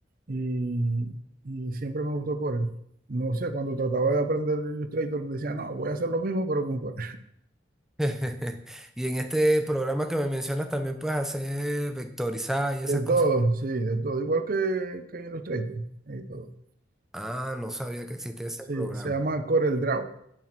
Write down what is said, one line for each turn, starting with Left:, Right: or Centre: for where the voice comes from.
Right: y, y siempre me gustó Corel. No sé, cuando trataba de aprender Illustrator, decía, no, voy a hacer lo mismo, pero con Corel.
Centre: <laughs> Y en este programa que me mencionas también puedes hacer vectorizar y
Right: De
Centre: esas cosas.
Right: todo, sí, de todo. Igual que, que en Illustrator. y todo.
Centre: Ah, no sabía que existía ese
Right: Sí,
Centre: programa.
Right: se llama CorelDRAW.